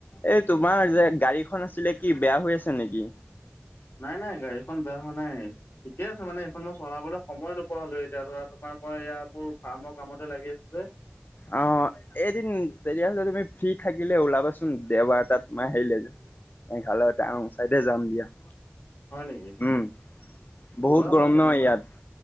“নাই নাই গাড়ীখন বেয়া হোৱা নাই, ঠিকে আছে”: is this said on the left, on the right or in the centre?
Left